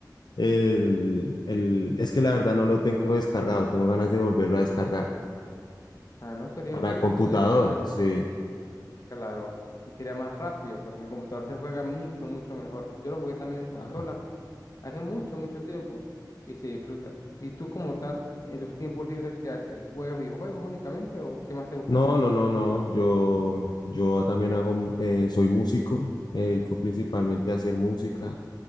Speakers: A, on the left (about 75°); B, on the left (about 50°).
A: el, el... Es que la verdad no lo tengo descargado, tengo ganas de volverlo a descargar.
B: Ah, no, sería
A: Para
B: chévere,
A: computador,
B: sería chévere.
A: sí.
B: Claro, y sería más rápido porque en computador se juega mucho, mucho mejor. Yo lo jugué también en consola,
A: Claro.
B: Hace mucho, mucho tiempo y se disfruta. ¿Y tú como tal, en tus tiempos libres, qué haces? ¿Juegas videojuegos únicamente o qué más te gusta
A: No,
B: hacer?
A: no, no, no. Yo, yo también hago, eh, soy músico, me dedico principalmente a hacer música.